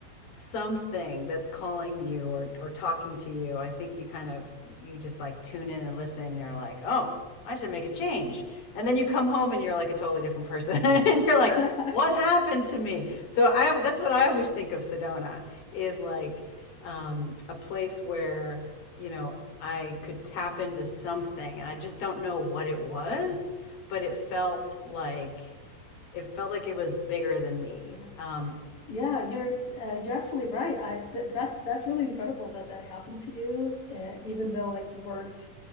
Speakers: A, on the left; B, on the left.
A: something that's calling you or, or talking to you, I think you kind of, you just like tune in and listen and you're like, oh, I should make a change. And then you come home and you're like a totally different person <laughs> and you're like,
B: <laughs>
A: what happened to me? So I, that's what I always think of Sedona is like um, a place where, you know, I could tap into something and I just don't know what it was, but it felt like, it felt like it was bigger than me.
B: Yeah,
A: Um,
B: yeah, you're uh, you're absolutely right. I th that's that's really incredible that that happened to you, uh, even though like you weren't,